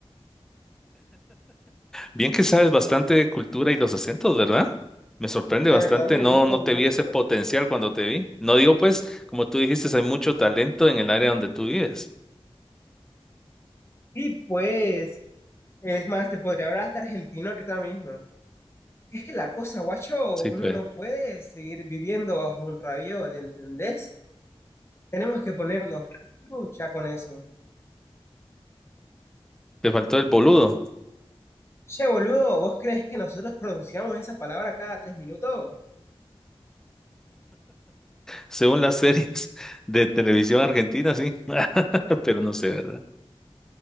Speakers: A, in the centre; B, on the left.
A: Bien que sabes bastante de cultura y los acentos, ¿verdad? Me sorprende
B: La
A: bastante.
B: verdad me
A: No,
B: gustan
A: no te
B: mucho.
A: vi ese potencial cuando te vi. No digo, pues, como tú dijiste, hay mucho talento en el área donde tú vives.
B: Sí, pues. Es más, te podría hablar hasta argentino ahorita mismo. Es que la cosa, guacho,
A: Sí,
B: uno
A: pues,
B: no puede seguir viviendo bajo un raviol, ¿entendés? Tenemos que ponernos lucha con eso.
A: te faltó el boludo,
B: Che, boludo, ¿vos crees que nosotros pronunciamos esa palabra cada tres minutos?
A: según las series <laughs> de televisión argentina, sí. <laughs> Pero no sé, ¿verdad?